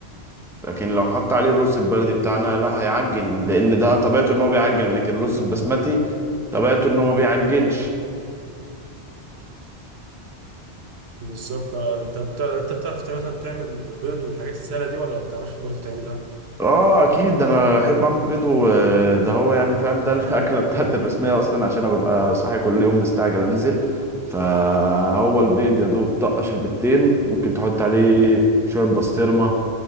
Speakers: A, in the centre; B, on the right (about 70°).
A: لكن لو حط عليه الرز البلدي بتاعنا لا هيعجن لان ده طبيعته ان هو بيعجن لكن الرز البسمتي طبيعته ان هو ما بيعجنش
B: بالظبط آه، انت بتعرف انت بتعرف تعمل- مثلا تعمل بيض والحاجات السهله دي ولا ما بتعرفش برضه تعملها
A: اه اكيد ده انا احب اعمل بيض وده هو يعني فاهم ده <laughs> الاكله بتاعت الرسميه اصلا عشان انا ببقى صاحي كل يوم مستعجل انزل فهو البيض يا دوب طقش البيضتين ممكن تحط عليه شويه بسطرمه